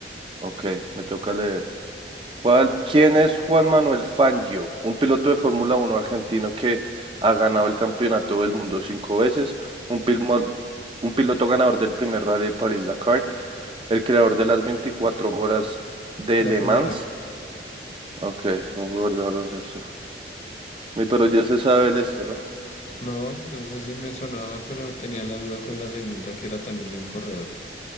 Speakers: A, on the right (about 30°); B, on the left (about 40°).
A: Ok, me toca leer. ¿Cuál, quién es Juan Manuel Fangio? Un piloto de Fórmula uno argentino que ha ganado el campeonato del mundo cinco veces, un, pilmo- un piloto ganador del primer Rally de París-Dakar, el creador de las 24 horas de
B: La
A: Le
B: primera.
A: Mans. Ok, un jugador de baloncesto. Mi pero ya se sabe el este, ¿no?
B: No, esa sí me sonaba, pero tenía la duda con la segunda, que era también de un corredor.